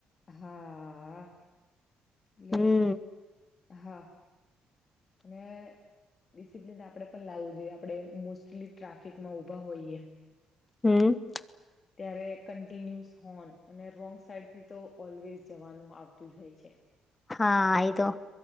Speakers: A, on the left; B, on the left.
A: હા એટલે
B: હમ
A: હા અને ડિસિપ્લિન આપડે પણ લાવવું જોઈએ આપડે મોસ્ટલી ટ્રાફિકમાં ઊભા હોઈએ.
B: હમ.
A: ત્યારે કન્ટિન્યુઝ હોન અને રોંગ સાઈડ થી તો ઓલવેઝ જવાનું આવ. તું જ હોય છે.
B: હા આઈ તો